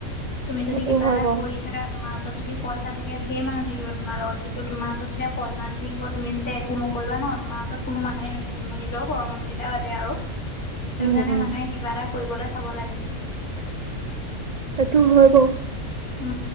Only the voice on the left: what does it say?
তুমি যদি
কিবা
এটা
কৰি থাকা তোমাৰ ওচৰত যদি পইচা থাকে ঢেৰ মানুহ থাকিব তোমাৰ লগত কিন্তু তোমাৰ ওচৰত যেতিয়া পইচা নাথাকিব তুমি যেতিয়া একো নকৰিবা নহয় তোমাৰ ওচৰত কোনো মানুহে নাথাকিব, নিজৰ ঘৰৰ মানুহকেইটাৰ বাদে আৰু সেইটো
কাৰণে
মানুহে কিবা এটা কৰিবলৈ চাব লাগে।
উ।